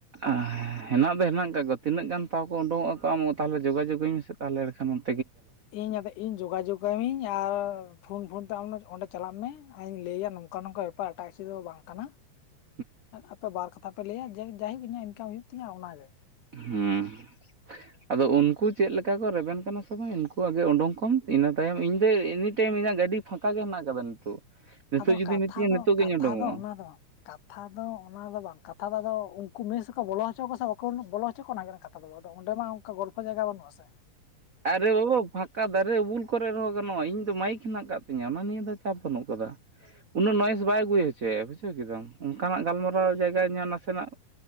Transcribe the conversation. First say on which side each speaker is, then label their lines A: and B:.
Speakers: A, on the right (about 75°); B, on the left (about 85°).
A: ᱟᱸ ᱦᱮᱸ ᱦᱮᱱᱟᱜ ᱫᱚ ᱦᱮᱱᱟᱜ ᱟᱠᱟᱫ ᱠᱚᱣᱟ ᱛᱤᱱᱟᱹᱜ ᱜᱟᱱ ᱛᱟᱣ ᱠᱚ ᱩᱰᱩᱣᱚᱜᱼᱟ ᱠᱚ ᱟᱢᱚ ᱛᱟᱦᱞᱮ ᱡᱳᱜᱟᱡᱳᱜᱽ ᱤᱧ ᱢᱮᱥᱮ ᱛᱟᱦᱞᱮ ᱮᱲᱮ ᱠᱷᱟᱱ ᱵᱚᱱ
B: ᱤᱧ ᱟᱫᱮ ᱤᱧ ᱡᱳᱜᱟᱡᱳᱜᱽ ᱟᱢᱤᱧ ᱟᱨ ᱯᱷᱳᱱ ᱯᱷᱳᱱ ᱛᱮ ᱟᱢ ᱚᱸᱰᱮ ᱪᱟᱞᱟᱜ ᱢᱮ ᱟᱨ ᱤᱧ ᱞᱟᱹᱭᱟ ᱱᱚᱝᱠᱟ ᱱᱚᱝᱠᱟ ᱯᱟᱦᱴᱟ ᱤᱥᱤ ᱫᱚ ᱵᱟᱝ ᱠᱟᱱᱟ
A: <inaudible>
B: ᱟᱯᱮ ᱵᱟᱨ ᱠᱟᱛᱷᱟ ᱯᱮ ᱞᱟᱹᱭᱟ ᱡᱮ ᱡᱟᱭ ᱦᱳᱠ ᱤᱧᱟᱹᱜ ᱤᱱᱠᱟᱢ ᱦᱩᱭᱩᱜ ᱛᱤᱧᱟᱹ ᱚᱱᱟᱜᱮ
A: ᱦᱩᱸ ᱟᱫᱚ ᱩᱱᱠᱩ ᱪᱮᱫ ᱞᱮᱠᱟ ᱠᱚ ᱨᱮᱵᱮᱱ ᱠᱟᱱᱟ ᱥᱮ ᱵᱟᱝ? ᱩᱱᱠᱩ ᱣᱟᱜ ᱜᱮ ᱩᱰᱩᱝ ᱠᱚᱢ ᱤᱱᱟᱹ ᱛᱟᱭᱚᱢ ᱤᱧ <unintelligible> ᱟᱹᱰᱤ ᱯᱷᱟᱸᱠᱟ ᱜᱮ ᱦᱮᱱᱟᱜ ᱟᱠᱟᱫᱟ ᱱᱤᱛᱚᱜ ᱱᱤᱛᱚᱜ
B: ᱟᱫᱚ
A: ᱡᱩᱫᱤ
B: ᱠᱟᱛᱷᱟ
A: ᱢᱤᱛᱟᱹᱧᱟ
B: ᱫᱚ
A: ᱱᱤᱛᱚᱜ ᱜᱤᱧ
B: ᱠᱟᱛᱷᱟ
A: ᱩᱰᱩᱝᱚᱜᱼᱟ
B: ᱫᱚ ᱚᱱᱟ ᱫᱚ ᱵᱟᱝ ᱠᱟᱛᱷᱟ ᱫᱚ ᱚᱱᱟ ᱫᱚ ᱵᱟᱝ ᱠᱟᱛᱷᱟ ᱫᱚ ᱟᱫᱚ ᱩᱱᱠᱩ ᱢᱮᱥ ᱨᱮᱠᱚ ᱵᱚᱞᱚ ᱦᱚᱪᱚ ᱟᱠᱚᱣᱟ ᱥᱮ ᱵᱟᱠᱚ ᱵᱚᱞᱚ ᱦᱚᱪᱚ ᱚᱱᱟ ᱦᱩᱭᱩᱜ ᱠᱟᱱᱟ ᱠᱟᱛᱷ ᱟᱫᱚ ᱟᱫᱚ ᱚᱸᱰᱮ ᱢᱟ ᱚᱱᱠᱟ ᱜᱚᱞᱯᱚ ᱡᱟᱭᱜᱟ ᱵᱟᱹᱱᱩᱜᱼᱟ ᱥᱮ
A: ᱟᱨᱮ <unintelligible> ᱯᱷᱟᱸᱠᱟ ᱫᱟᱨᱮ ᱩᱩᱞ ᱠᱚᱨᱮ ᱨᱮᱦᱚᱸ ᱜᱟᱱᱚᱜᱼᱟ, ᱤᱧ ᱫᱚ ᱢᱟᱭᱤᱠ ᱦᱮᱱᱟᱜ ᱟᱠᱟᱫ ᱛᱤᱧᱟᱹ ᱚᱱᱟ ᱱᱤᱭᱟᱹ ᱫᱚ ᱪᱟᱯ ᱵᱟᱹᱱᱩᱜ ᱠᱟᱫᱟ᱾ ᱩᱱᱟᱹᱜ ᱱᱚᱚᱭᱮᱥ ᱵᱟᱭ ᱟᱹᱜᱩᱭ ᱦᱚᱪᱚᱭᱮᱭᱟ, ᱵᱩᱡᱷᱟᱹᱣ ᱠᱮᱫᱟᱢ ᱚᱱᱠᱟᱱᱟᱜ ᱜᱟᱞᱢᱟᱨᱟᱣ ᱡᱟᱭᱜᱟ ᱧᱮ ᱱᱟᱥᱮᱱᱟᱜ